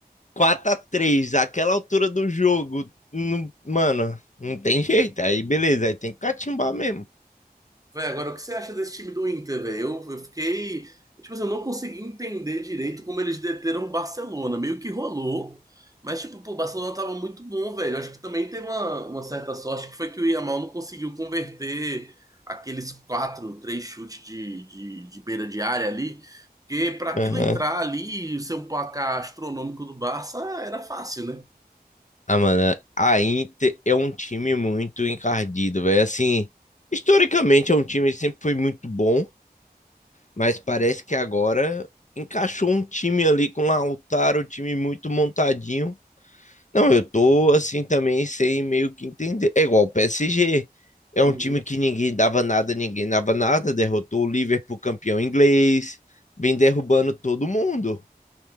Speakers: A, on the left; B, on the right.
A: 4 a 3 aquela altura do jogo, não- mano, não tem jeito. Aí beleza, aí tem que catimbar mesmo.
B: Véi, agora o que você acha desse time do Inter, velho? Eu, eu fiquei. Tipo assim, eu não consegui entender direito como eles deteram o Barcelona. Meio que rolou. Mas, tipo, pô, o Barcelona tava muito bom, velho. Eu Acho que também teve uma, uma certa sorte que foi que o Yamal não conseguiu converter aqueles quatro, três chutes de, de, de beira de área ali. Porque pra aquilo
A: Aham.
B: entrar ali e ser um placar astronômico do Barça era fácil,
A: Ah, mano, a Inter é um time muito encardido, velho. Assim, historicamente é um time que sempre foi muito bom, mas parece que agora encaixou um time ali com o Lautaro, um time muito montadinho. Não, eu tô assim também sem meio que entender. É igual o PSG. É
B: né?
A: um time que ninguém dava nada, ninguém dava nada. Derrotou o Liverpool campeão inglês. Vem derrubando todo mundo.